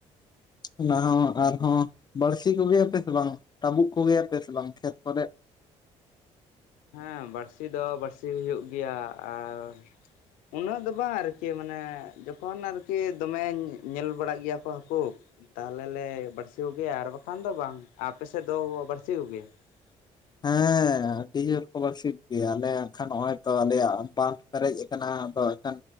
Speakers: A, on the left; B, on the left.
A: ᱚᱱᱟ ᱦᱚᱸ ᱟᱨᱦᱚᱸ ᱵᱟᱹᱲᱥᱤ ᱠᱚᱜᱮᱭᱟᱯᱮ ᱥᱮ ᱵᱟᱝ ᱴᱟᱹᱵᱩᱜ ᱠᱚᱜᱮᱭᱟᱯᱮ ᱥᱮ ᱵᱟᱝ ᱠᱷᱮᱛ ᱠᱚᱨᱮ?
B: ᱦᱮᱸ ᱵᱟᱹᱲᱥᱤ ᱫᱚ ᱵᱟᱹᱲᱥᱤ ᱦᱩᱭᱩᱜ ᱜᱮᱭᱟ ᱟᱨ ᱩᱱᱟᱹᱜ ᱫᱚ ᱵᱟᱝ ᱟᱨᱠᱤ ᱢᱟᱱᱮ ᱡᱚᱠᱷᱚᱱ ᱟᱨᱠᱤ ᱫᱚᱢᱮ ᱧᱮᱞ ᱵᱟᱲᱟᱜ ᱜᱮᱭᱟ ᱠᱚ ᱦᱟᱹᱠᱩ ᱛᱟᱦᱚᱞᱮ ᱞᱮ ᱵᱟᱹᱲᱥᱤ ᱠᱚᱜᱮᱭᱟ ᱟᱨ ᱵᱟᱠᱷᱟᱱ ᱫᱚ ᱵᱟᱝ ᱾ ᱟᱯᱮᱥᱮᱫ ᱫᱚ ᱵᱟᱹᱲᱥᱤ ᱠᱚᱜᱮᱭᱟ? <inaudible>
A: ᱦᱮᱸ ᱟᱹᱰᱤ ᱡᱳᱨ ᱠᱚ ᱵᱟᱹᱲᱥᱤ ᱠᱚᱜᱮᱭᱟ, ᱟᱞᱮ ᱱᱟᱜ ᱠᱷᱟᱱ ᱱᱚᱜᱼᱚᱭ ᱛᱚ ᱟᱞᱮᱭᱟᱜ ᱵᱟᱸᱫᱷ ᱯᱮᱨᱮᱡ ᱟᱠᱟᱱᱟ, ᱟᱫᱚ ᱮᱠᱷᱟᱱ